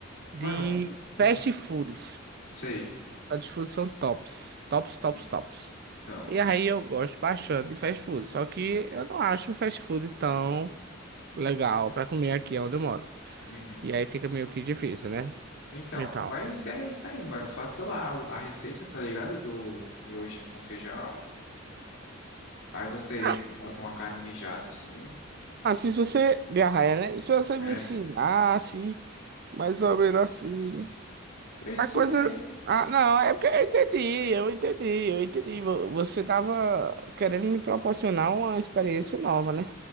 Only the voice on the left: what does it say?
Mano, hum,
sei.
Sim,
são,
são.
Uhum.
Então,
mas é isso aí, mano. Faça lá o- a receita, tá ligado? Do miojinho com feijão. Aí você
bota uma carne mijada em cima.
É,
eu ensinei,
né?